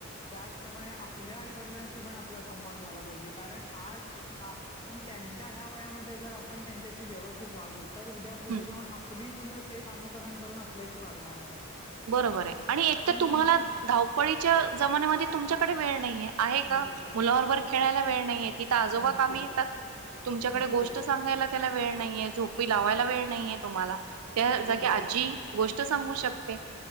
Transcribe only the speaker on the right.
हं,
बरोबर आहे आणि एक
तर तुम्हाला
धावपळीच्या जमान्यामध्ये तुमच्याकडे वेळ नाहीये. आहे का?
मुलाबरोबर खेळायला वेळ नाहीये तिथ आजोबा
कामी येतात. तुमच्याकडे
गोष्ट सांगायला त्याला वेळ नाहीये झोपी लावायला वेळ नाहीये तुम्हाला, त्या
जागी
आजी गोष्ट सांगू शकते.